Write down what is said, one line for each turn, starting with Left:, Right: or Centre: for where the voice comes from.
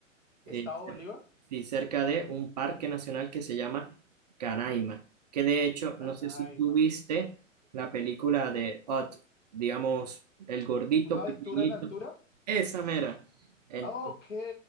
Right: eh,
Left: ¿Estado Bolívar?
Right: cer- sí, cerca de un
Left: ¿Y,
Right: parque nacional que se llama Canaima, que de hecho,
Left: Canaima.
Right: no sé si tú viste la película de Ott, digamos, el gordito
Left: ¿Una
Right: pequeñito,
Left: aventura en altura?
Right: esa mera. Entonces,
Left: Ah, Ok.